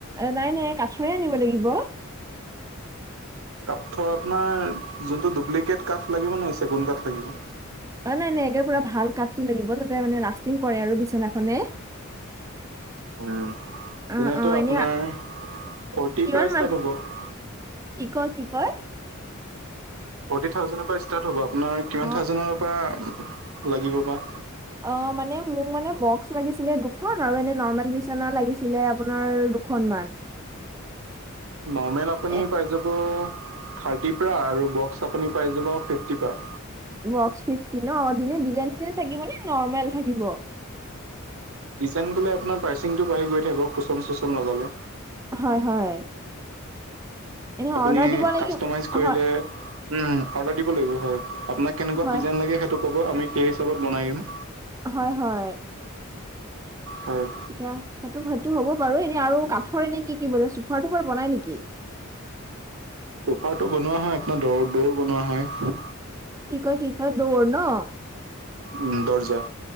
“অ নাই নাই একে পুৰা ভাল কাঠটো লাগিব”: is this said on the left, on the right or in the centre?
Right